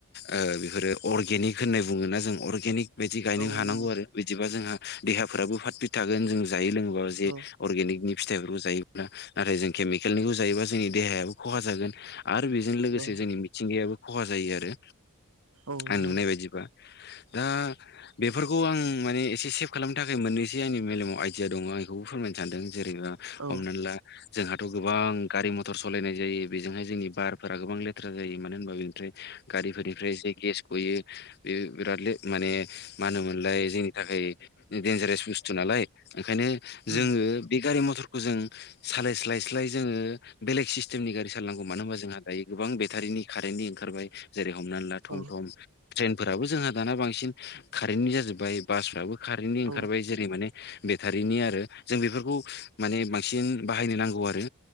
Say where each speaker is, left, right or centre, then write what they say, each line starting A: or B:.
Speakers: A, on the left; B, on the right.
A: ओ बेफोरो अर्गेनिक होननाय बुङोना जों अर्गेनिक बिदि गायनो
B: औ
A: हानांगौ
B: नंगौ
A: आरो बिदिबा जोंहा देहाफ्राबो फारफिट थागोन जों जायो लोङोबा जे
B: औ
A: अर्गेनिकनि फिथाइफोरखौ जायोब्ला नाथाय जों केमिकेलनिखौ जायोब्लाा जोंनि देहायाबो खहा जागोन। आरो बेजों लोगोसे
B: औ
A: जोंनि मिथिंगायाबो खहा जायो आरो
B: औ
A: आं
B: नंगौ
A: नुनाय बायदिबा दा बेफोरखौ आं माने एसे सेफ खालामनो थाखाय मोननैसो आंनि मेलेमाव आइडिया दङ आं बेखौबो फोरमायनो सानदों जेरैबा
B: औ
A: हमनानै ला जोंहाथ' गोबां गारि मथर सालायनाय जायो बेजोंहाय जोंनि बारफोरा गोबां लेथ्रा जायो मानो होनबा बेनिफ्राय गारिफोरनिफ्राय जे गेस गयो बे बिराद ले माने मा होनोमोनलाय जोंनि थाखाय दडेनजारेस बुस्थु नालाय ओंखायनो जोङो
B: उम
A: बे गारि मथरखौ जों सालाय स्लाय स्लाय जोङो बेलेग सिस्टेमनि गारि सालनांगौ मानो होनबा जोंहा दायो गोबां बेटारिनि कारेन्टनि ओंखारबाय जेरै हमनानै ला थम
B: औ
A: थम ट्रेनफोराबो जोंहा दाना बांसिन कारेन्टनि जाजोब्बाय बासफ्राबो खारेनन्टनि
B: औ
A: ओंखारबाय जेरै माने बेटारिनि आरो जों बेफोरखौ माने बांसिन बाहायनो नांगौ आरो